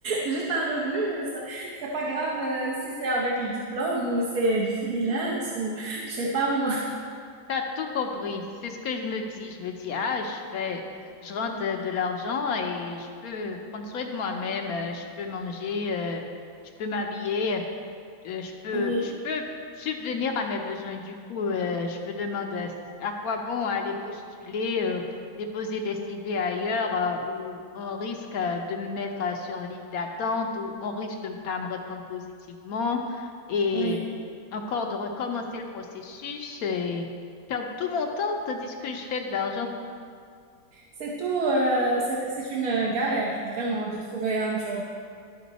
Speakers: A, on the right; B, on the left.
A: Juste un revenu, ça, c'est pas grave euh, si c'est avec le diplôme ou c'est du freelance ou je sais pas moi.
B: T'as tout compris. C'est ce que je me dis. Je me dis, ah, je fais, je rentre euh, de l'argent et je peux prendre soin de moi-même. euh, Je peux manger, euh, je peux m'habiller. Euh, je peux,
A: Oui,
B: je peux subvenir à mes besoins. Du coup, euh, je me demande euh, à quoi bon aller postuler, euh, déposer des CV ailleurs euh, où on risque euh, de me mettre euh, sur liste d'attente, où on risque de ne pas me répondre positivement et
A: oui.
B: encore de recommencer le processus et perdre tout mon temps tandis que je fais de l'argent.
A: C'est tout, euh, c'est, c'est une galère vraiment de trouver un job.